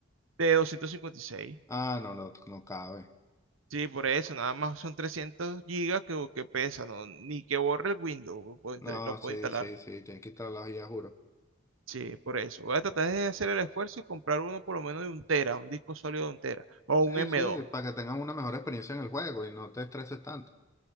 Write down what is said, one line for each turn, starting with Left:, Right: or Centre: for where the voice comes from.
Right: de 256.
Left: Ah, no, no, no cabe.
Right: Sí, por eso, nada más son 300 gigas que, que pesa, ¿no? Ni que borre el Windows, lo puedo, insta-
Left: No,
Right: lo puedo
Left: sí,
Right: instalar.
Left: sí, sí, tienes que instalar las guías, juro.
Right: Sí, por eso. Voy a tratar de hacer el esfuerzo y comprar uno por lo menos de un tera, un disco sólido de un tera o
Left: Sí,
Right: un M2.
Left: sí, para que tengan una mejor experiencia en el juego y no te estreses tanto.